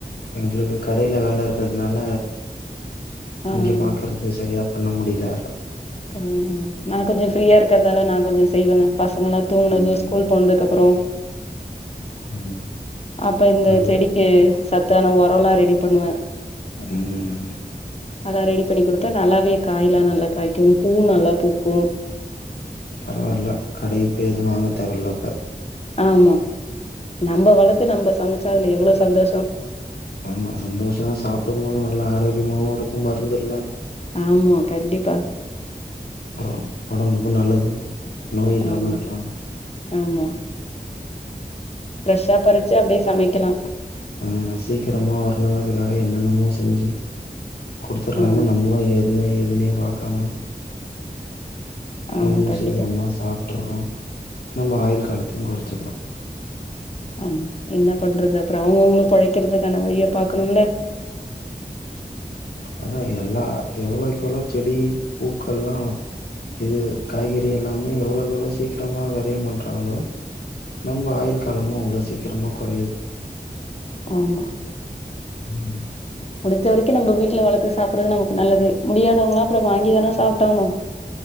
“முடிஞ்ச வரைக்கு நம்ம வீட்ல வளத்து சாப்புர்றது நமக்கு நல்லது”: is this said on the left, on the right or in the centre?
Left